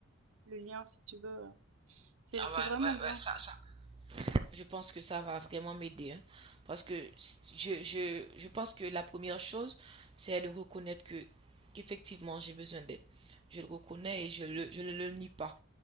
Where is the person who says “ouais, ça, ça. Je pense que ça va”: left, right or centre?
Right